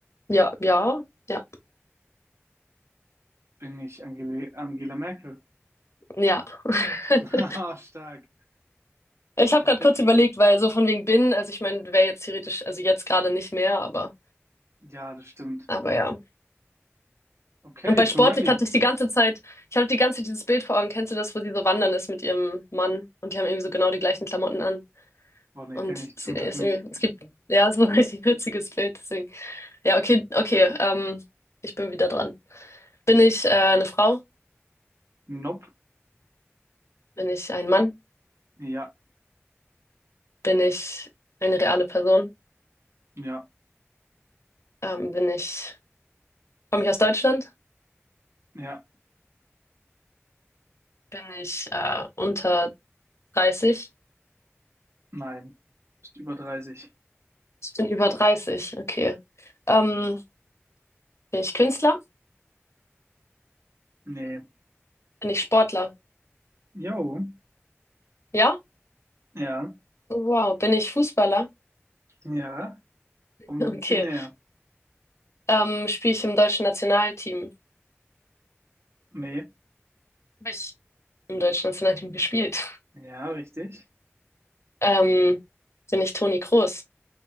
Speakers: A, on the left (about 70°); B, on the right (about 65°).
A: ja, ja, ja.
B: Bin ich Angele Angela Merkel?
A: Ja. <laughs>
B: <laughs> Ah, Stark.
A: Ich habe
B: Ich
A: gerade
B: bin,
A: kurz überlegt, weil so von wegen bin, also ich meine, wäre jetzt theoretisch, also jetzt gerade nicht mehr, aber,
B: ja, das stimmt.
A: aber ja.
B: Okay,
A: Und bei
B: ich
A: sportlich
B: bin ready.
A: hatte ich die ganze Zeit, ich hatte die ganze Zeit dieses Bild vor Augen, kennst du das, wo sie so wandern ist mit ihrem Mann und die haben irgendwie so genau die gleichen Klamotten an.
B: Boah, nee,
A: Und
B: kenne ich
A: sie
B: zum
A: ist
B: Glück nicht.
A: irgendwie, es gibt, ja, so <laughs> ein richtig witziges Bild, deswegen. Ja, okay, okay, ähm, ich bin wieder dran. Bin ich äh, eine Frau?
B: Nope.
A: Bin ich ein Mann?
B: Ja,
A: Bin ich eine reale Person?
B: ja,
A: Ähm, bin ich, komme ich aus Deutschland?
B: ja,
A: Bin ich äh, unter 30?
B: nein. Bist über 30.
A: Ich bin über 30, okay. Ähm, bin ich Künstler?
B: Nee.
A: Bin ich Sportler?
B: Jo.
A: Ja?
B: Ja,
A: Wow, bin ich Fußballer? <laughs>
B: ja. Kommt
A: Okay.
B: ein Ziel näher.
A: Ähm, spiele ich im deutschen Nationalteam?
B: Nee.
A: Habe ich im deutschen Nationalteam gespielt?
B: Ja, richtig.
A: Ähm, bin ich Toni Kroos?